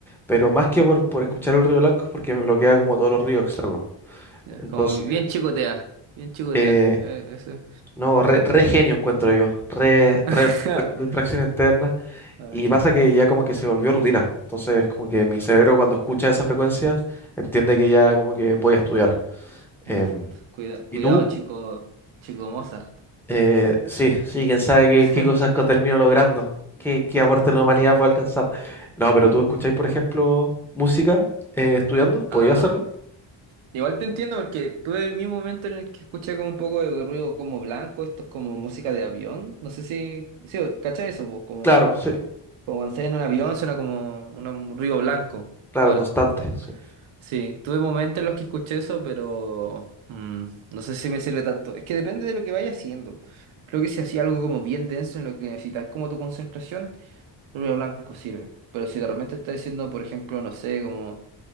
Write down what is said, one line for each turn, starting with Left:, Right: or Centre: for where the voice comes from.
Centre: pero
Right: ya,
Centre: más que por, por escuchar el Río Blanco es porque me bloquea como todos los ríos externos.
Right: ya.
Centre: Entonces,
Right: Como bien chicotea, bien chicotea,
Centre: eh,
Right: eh, eso.
Centre: No, re, re genio encuentro yo. Re, re
Right: <laughs>
Centre: distracción interna.
Right: Ay,
Centre: Y pasa que ya como que se volvió rutina. Entonces, como que mi cerebro cuando escucha esa frecuencia, entiende que ya como que voy a estudiar. Em,
Right: en efecto. Cuida- cuidado,
Centre: ¿y tú?
Right: chico, chico Mozart.
Centre: Eh, sí, sí, quién sabe
Right: <laughs>
Centre: qué, qué cosas que termino logrando, qué, qué aporte la humanidad puede alcanzar. No, pero tú escucháis, por ejemplo, música eh, estudiando, ¿podía
Right: Ah,
Centre: hacerlo?
Right: igual te entiendo porque tuve el mismo momento en el que escuché como un poco de ruido como blanco, esto es como música de avión, no sé si, sí, ¿cachai eso? po? Como,
Centre: Claro, sí,
Right: como cuando estás en un avión suena como un ruido blanco.
Centre: claro,
Right: Bueno,
Centre: constante. sí.
Right: sí, tuve momentos en los que escuché eso, pero mm, no sé si me sirve tanto. Es que depende de lo que vaya haciendo. Creo que si hacía algo como bien denso en lo que necesitas como tu concentración, el ruido blanco sirve. Pero si de repente estás haciendo, por ejemplo, no sé, como...